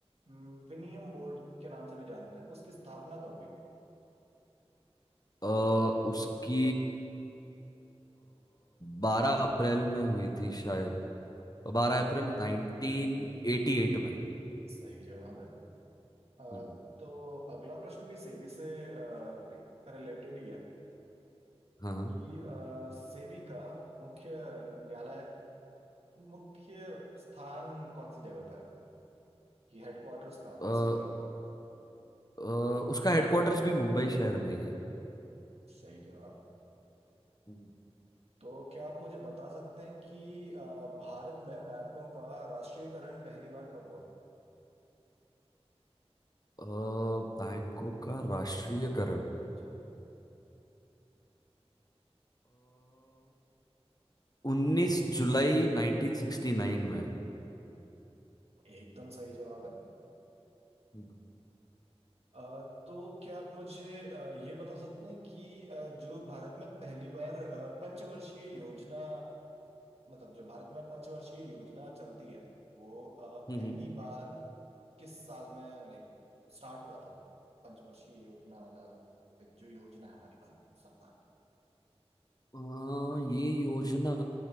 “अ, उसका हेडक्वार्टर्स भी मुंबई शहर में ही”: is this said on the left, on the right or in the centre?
Left